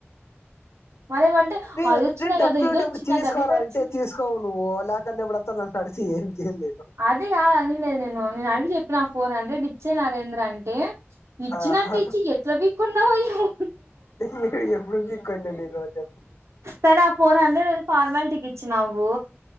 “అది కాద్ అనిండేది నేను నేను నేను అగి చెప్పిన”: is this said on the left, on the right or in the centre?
Right